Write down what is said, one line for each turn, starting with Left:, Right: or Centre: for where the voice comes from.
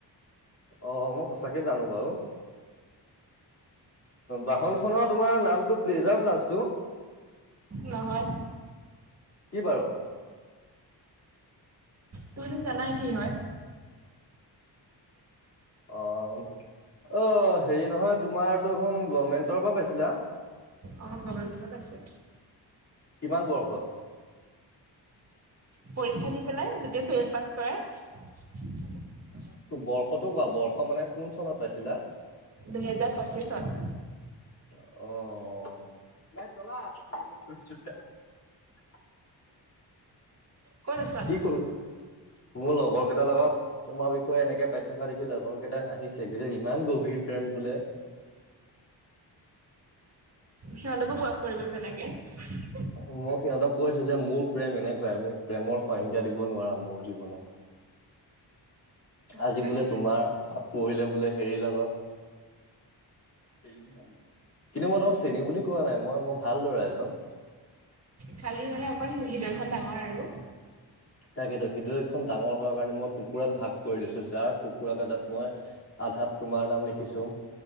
Left: অ মই সঁচাকে জানো বাৰু বাহনখনৰ তোমাৰ নামটো প্লেজাৰ প্লাছ
Right: নহয়
Left: কি বাৰু
Right: তুমি দেখোন জানাই কি হয়
Left: অ অ হেৰি নহয় তোমাৰতোখন গভমেন্টৰ পৰা পাইছিলা <unintelligible>
Right: অ ব কিব ক আছে <unintelligible>
Left: কিমান বৰ্ষত
Right: পৰীক্ষা দি পেলাই যতি টুৱেলভ পাছ কৰে <unintelligible>
Left: বৰ্ষতো কোৱা বৰ্ষ মানে কোন চনত পাইছিলা <unintelligible>
Right: দুহেজাৰ পঁচিশন
Left: অঁ
Right: ক'ত আছা?
Left: কি কৰ মোৰ লগৰ কেইটাৰ লগত <unintelligible> তোমাৰ বিষয়ে এনেকে পাই থকা দেখি লগৰ কেইটা হাঁহিছে গ ইমান গভীৰ প্ৰেম বোলে <unintelligible> <inaudible>
Right: সিহঁতকো খ পৰি যেনেকে <unintelligible>
Left: মোৰ সিহঁতক <unintelligible> কৈছে যে মোৰ প্ৰেম এনেকুৱাই মোৰ প্ৰেমৰ সংজ্ঞা দিব নোৱাৰা মোৰ জীৱনত আজি বোলে
Right: আচ্ছা
Left: তোমাৰ পৰহিলে বোলে হেৰি লগত কিন্তু মই তোমাক চেণী বুলি কোৱা নাই মই মই <unintelligible> ভাল ল'ৰা এজন
Right: খালি মানে অকন হৃদয়খন ডাঙৰ আৰু
Left: তাকেইেতো হৃদয়খন ডাঙৰ হোৱাৰ কাৰণে মই টুকুৰাত ভাগ কৰি লৈছো যাৰ টুকুৰা কটাত মই <unintelligible> আধাত তোমাৰ নাম লিখিছো